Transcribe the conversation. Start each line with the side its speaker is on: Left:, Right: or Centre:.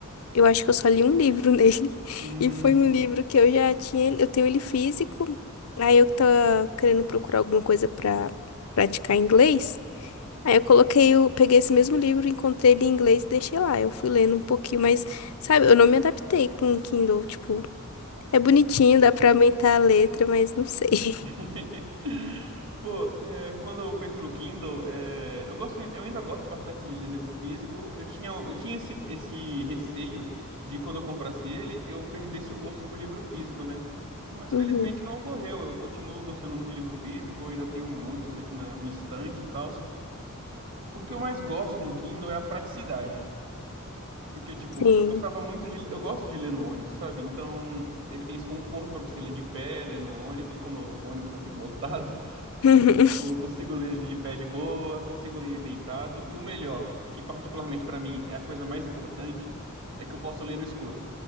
Left: eu acho que eu só li um livro <laughs> nele.
Right: Hum.
Left: E foi um livro que eu já tinha, ele- eu tenho ele físico. Aí eu que tava querendo procurar alguma coisa pra praticar inglês. Aí eu coloquei, o peguei esse mesmo livro, encontrei ele em inglês e deixei lá. Eu fui lendo um pouquinho, mas, sabe, eu não me adaptei com o Kindle. Tipo, é bonitinho, dá pra aumentar a letra, mas não sei.
Right: <laughs> Pô, é, quando eu penso no Kindle, é, eu gosto, eu ainda gosto bastante de ler livro físico. Eu tinha, eu tinha esse, esse receio de quando eu comprasse ele, eu perdesse o gosto por livro físico, né?
Left: <laughs>
Right: Mas felizmente
Left: Uhum.
Right: não ocorreu. Eu continuo gostando muito de livro físico, eu ainda tenho muitos aqui na minha estante e tal. o que eu mais gosto no Kindle é a praticidade. Porque, tipo,
Left: Sim.
Right: eu gostava muito de. Eu gosto de ler no ônibus, sabe? Então, ele tem esse conforto pra você ler de pé, ler no ônibus, como o ônibus tá sempre lotado. <laughs> Então,
Left: <laughs>
Right: eu consigo ler de pé de boa, consigo ler deitado. E o melhor, que particularmente pra mim é a coisa mais importante, é que eu posso ler no escuro.